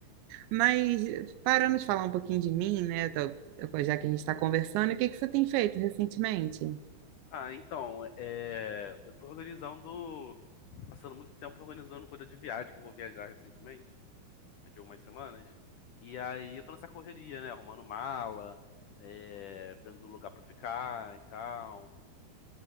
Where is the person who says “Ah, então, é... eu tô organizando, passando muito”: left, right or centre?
Left